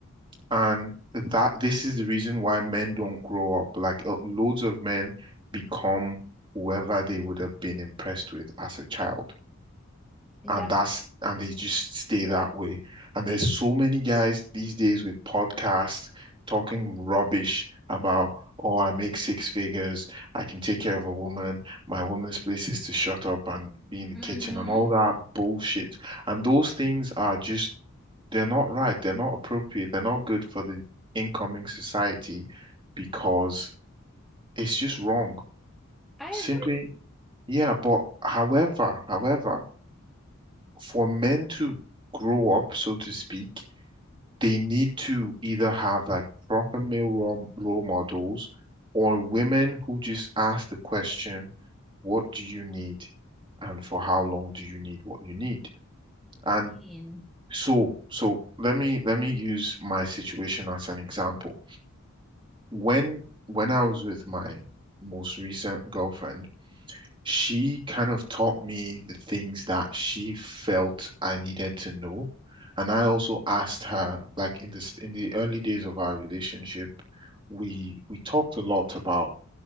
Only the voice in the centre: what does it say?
Yeah.
Mm-hmm.
I.
Mm-hmm.